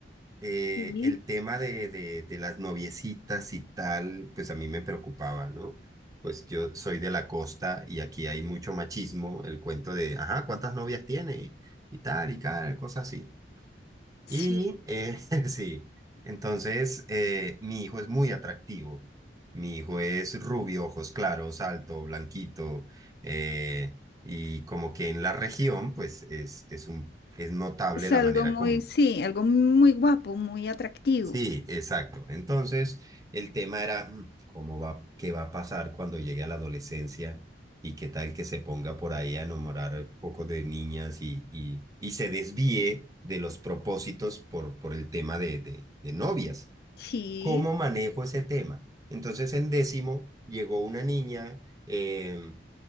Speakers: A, on the right (about 20°); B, on the left (about 55°).
A: eh,
B: Sí,
A: el tema de, de, de las noviecitas y tal, pues a mí me preocupaba, ¿no? Pues yo soy de la costa y aquí hay mucho machismo, el cuento de, ajá, ¿cuántas novias tiene? Y tal y tal, cosas así.
B: sí,
A: Y eh, <laughs> sí, entonces eh, mi hijo es muy atractivo. Mi hijo es rubio, ojos claros, alto, blanquito. eh, y como que en la región, pues es, es un, es notable
B: es
A: la
B: algo
A: manera
B: muy,
A: como
B: sí, algo muy guapo, muy atractivo.
A: Sí, exacto. Entonces, el tema era mm, cómo va, qué va a pasar cuando llegue a la adolescencia y qué tal que se ponga por ahí a enamorar un poco de niñas y, y, y se desvíe de los propósitos por, por el tema de, de, de novias.
B: Sí,
A: ¿Cómo manejo ese tema? Entonces, en décimo llegó una niña, em,